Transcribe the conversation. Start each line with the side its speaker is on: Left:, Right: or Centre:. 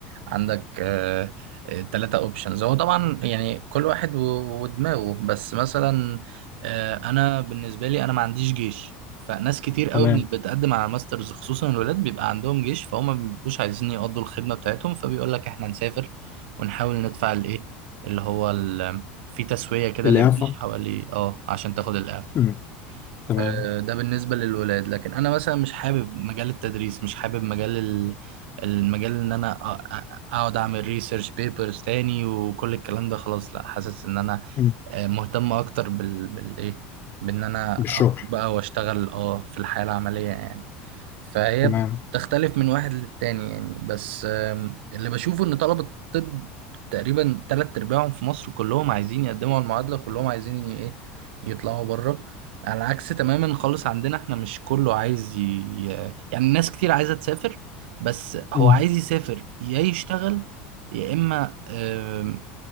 Right: عندك آه، آه، تلاتة اوبشنز هو طبعا يعني كل واحد و- ودماغه بس مثلا آه، انا بالنسبه لي انا ما عنديش جيش فناس كتير قوي
Left: تمام
Right: من اللي بتقدم على الماسترز خصوصا الولاد بيبقى عندهم جيش فهم ما بيبقوش عايزين يقضوا الخدمه بتاعتهم فبيقول لك احنا نسافر ونحاول ندفع الايه اللي هو ال- في تسويه كده
Left: الإعفاء
Right: للجيش حوالي اه عشان تاخد الاعفاء
Left: أمم، تمام
Right: آه، ده بالنسبة للولاد لكن أنا مثلا مش حابب مجال التدريس مش حابب مجال ال- المجال إن أنا أ- أ- أقعد أعمل ريسيرش بيبرز تاني وكل الكلام ده خلاص لا حاسس إن أنا
Left: أمم،
Right: آه، مهتم أكتر بال بالإيه بإن أنا
Left: بالشغل
Right: أخد بقى وأشتغل أه في الحياة العملية يعني فهي
Left: تمام
Right: بتختلف من واحد للتاني يعني بس آم، اللي بشوفه ان طلبة الطب تقريبا تلات ارباعهم في مصر كلهم عايزين يقدموا على المعادلة كلهم عايزين ي- ايه يطلعوا بره على عكس تماما خالص عندنا احنا مش كله عايز ي... ي- يعني ناس كتير عايزة تسافر بس هو
Left: أمم،
Right: عايز يسافر يا يشتغل يا اما آم،